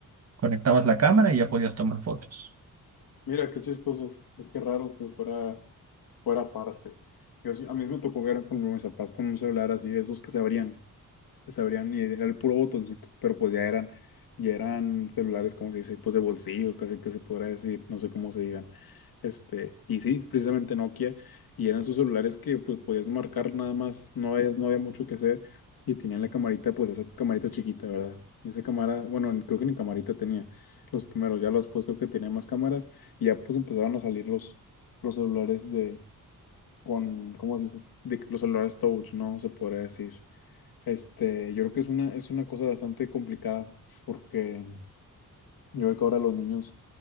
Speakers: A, on the right (about 45°); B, on the left (about 85°).
A: conectabas la cámara y ya podías tomar fotos.
B: Mira, qué chistoso, pues, qué raro que fuera, fuera parte. Yo sí- a mí me tocó ver como mis papás con un celular así, de esos que se abrían les abrían y era el puro botoncito, pero pues ya eran, ya eran celulares, como se dice, pues de bolsillo, casi que se podrá decir, no sé cómo se digan. Este, y sí, precisamente Nokia, y eran sus celulares que pues podías marcar nada más, no había, no había mucho que hacer, y tenían la camarita, pues esa camarita chiquita, ¿verdad? Esa cámara, bueno, creo que ni camarita tenía los primeros, ya los después creo que tenían más cámaras, y ya pues empezaron a salir los, los celulares de, con, ¿cómo se dice? De que los celulares touch, ¿no? Se podría decir. Este, yo creo que es una, es una cosa bastante complicada porque yo creo que ahora los niños,